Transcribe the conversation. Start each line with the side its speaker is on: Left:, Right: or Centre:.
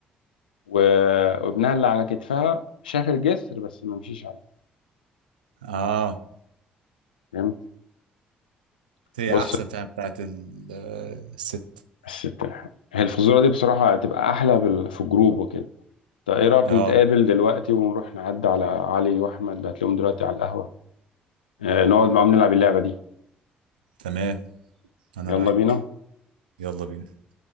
Left: و- وابنها اللي على كتفها شاف الجسر بس ما مشيش عليه
Right: اه
Left: فهمت
Right: هي
Left: بص
Right: احسن فعلا بتاعت ال- آه، الست
Left: الست الحامل هي الفزورة دي بصراحة هتبقى أحلى بال... في الجروب وكده طيب إيه رأيك
Right: اه
Left: نتقابل دلوقتي ونروح نعدي على علي وأحمد هتلاقيهم دلوقتي على القهوة آه، نقعد معاهم نلعب اللعبة دي
Right: تمام انا
Left: يلا
Right: معاك
Left: بينا
Right: يلا بينا